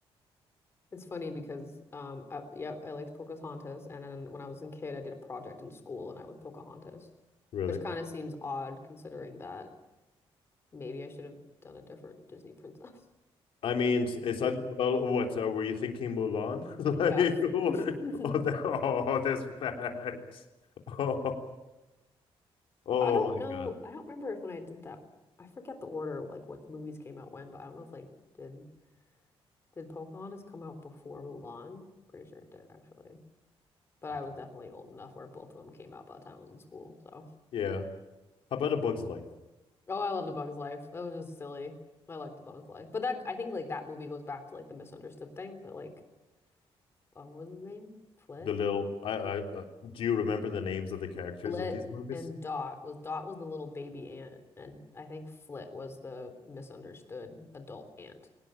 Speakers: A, on the left (about 25°); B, on the left (about 65°).
A: It's funny because, um, I, yep, I liked Pocahontas, and then when I was a kid, I did a project in school, and I was Pocahontas,
B: Really?
A: which kind of seems odd considering that maybe I should have done a different Disney princess. <laughs>
B: I mean, it's, it's either, oh, what uh, were you thinking, Mulan? <laughs>
A: Yeah.
B: Like, what?
A: <laughs>
B: Oh, that, oh, that's bad. Oh, oh
A: I don't
B: my
A: know.
B: God.
A: I don't remember if when I did that, I forget the order of like what movies came out when, but I don't know if like did did Pocahontas come out before Mulan? Pretty sure it did actually. But I
B: I don't.
A: was definitely old enough where both of them came out by the time I was in school. So,
B: Yeah. How about A Bug's Life?
A: oh, I love The Bug's Life. That was just silly. I like The Bug's Life, but that I think like that movie goes back to like the misunderstood thing that like oh, what was his name? Flit,
B: The little, I, I, uh, do you remember the names of the characters
A: Flit,
B: of these movies?
A: and Dot was Dot was the little baby aunt, and I think Flit was the misunderstood adult aunt.